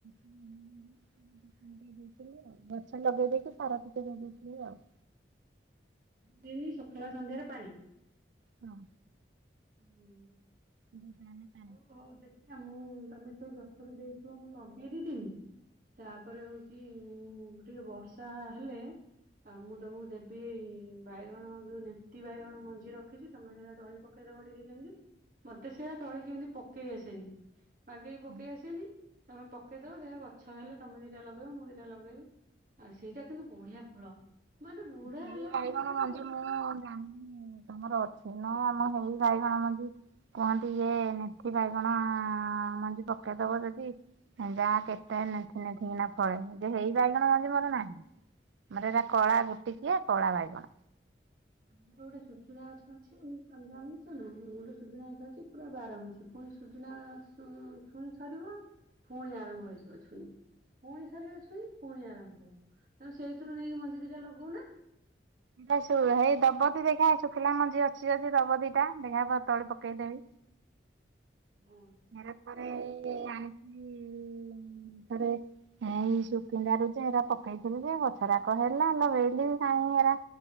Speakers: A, on the right; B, on the right.
A: ହୁଁ। ଦେଇ ଦେଇଥିଲି ଆଉ ଗଛ ଲଗେଇ ଦେଇକି ସାର ଟିକେ ଦେଇ ଦେଇଥିଲେ ଆଉ।
B: ଦିନି ସୁଖାଳ ସନ୍ଧ୍ୟାରେ ପାଣି?
A: ହଁ।
B: ହୁଁ।
A: ବଉ ପାନ
B: ହଉ ହଉ ଦେଖିବା ମୁଁ ତମେ ସେଇ ଗଛରୁ ଦେଇଥିବ ମୁଁ ଲଗେଇ ଦେଇଥିବି ତାପରେ ହଉଛି ଚି ଟିକେ ବର୍ଷା ହେଲେ ଆଉ ମୁଁ ତୁମକୁ ଦେବି ବାଇଗଣ ଯୋଉ ନି ବାଣୀ ତି ବାଇଗଣ ମଞ୍ଜି ରଖିଛି ତମେ ସେଇଟା <unintelligible> ପକେଇଦବ ଟିକେ ଜେମଟି। ମତେ ସେଇଆ ତଳି କେମିତି ପକେଇ ଆସେନି ବାଗେଇକି ପକେଇ
A: ହଁ।
B: ଆସେନି। ତମେ ପକେଇଦବ ଯାହା ଗଛ ହେଲେ ତମେ ଦିଟା ଲଗେଇବ ମୁଁ ଦିଟା ଲଗେଇବି। ଆଉ ସେଇଟା କିନ୍ତୁ ବଢ଼ିଆ ଫଳ। ମାନେ ବୁଢା
A: କି
B: ହେଲା
A: ବାଇଗଣ
B: ପର୍ଯ୍ୟନ୍ତ
A: ମଞ୍ଜି
B: ବି ଗଛ
A: ମୁଁ ଜାଣିନି? ତମର ଅଛି ନା ଆମ ହେଇ ବାଇଗଣ ମଞ୍ଜି କୁହନ୍ତି ଯେ ନେଥି ବାଇଗଣ ମଞ୍ଜି ପକେଇଦବ ଯଦି ଯା କେତେ ନେଥି ନେଥି କିନା ଫଳେ ଯେ ହେଇ ବାଇଗଣ ମଞ୍ଜି ମୋର ନାହିଁ। ମୋର ଏରା କଳା ଗୋଟିକିଆ କଳା ବାଇଗଣ।
B: ଆମର ଗୋଟେ ସୁଜୁନା ଗଛ ଅଛି ଜାଣିଛନା ଆମର ଗୋଟେ ସୁଜୁନା ଗଛ ଅଛି ପୁରା ବାରମାସି। ପୁଣି ସୁୂଜୁନା ଛୁ ଛୁଇଁ ସରିବ ପୁଣି ଆରମ୍ଭ ହେଇଯିବ ଛୁଇଁ। ପୁଣି ସରିବ ଛୁଇ ପୁଣି ଆରମ୍ଭ ହବ ତମେ ସେଇଥିରୁ ନେଇକି ମଞ୍ଜି ଦିଟା ଲଗଉନା।
A: ଦେଖା ଶୁ ହେଇ ଦବତି ଦେଖା ଶୁଖିଲା ମଞ୍ଜି ଅଛି ଯଦି ଦବଦୀଟା ଦେଖିବା ଭ ତଳି ପକେଇଦେବି।
B: ହୁଁ।
A: ଏରେଥରେ ଆଣିଥିଲି ଇ ଇ ଥରେ ମୁଁ ଏଇ ସୁକିନ୍ଦାରୁ ଯେ ଏରା ପକେଇଥିଲି ଯେ ଗଛରାକ ହେଲା ଲଗେଇଲି କାଇଁ ହେରା